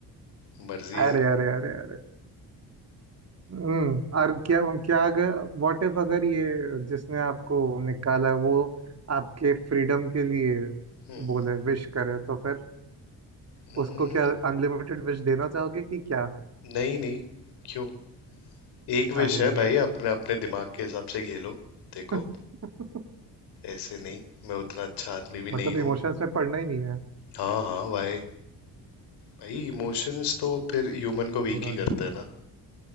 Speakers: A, on the left; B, on the right.
A: मर्जी
B: अरे
A: है
B: अरे अरे अरे हम्म और क्या क्या अगर व्हाट इफ अगर ये जिसने आपको निकाला है वो आपके फ्रीडम के लिए
A: हम्म,
B: बोले विश करे तो फिर
A: हम्म,
B: उसको क्या अनलिमिटेड विश देना चाहोगे कि क्या
A: नहीं नहीं क्यों एक
B: अरे
A: विश है भाई अपने अपने दिमाग के हिसाब से खेलो देखो
B: अरे <laughs>
A: ऐसे नहीं मैं उतना अच्छा आदमी भी नहीं
B: मतलब
A: हूँ
B: इमोशंस में पढ़ना ही नहीं है
A: हाँ हाँ भाई भाई इमोशंस तो फिर ह्यूमन को वीक
B: सही बात
A: ही करते हैं ना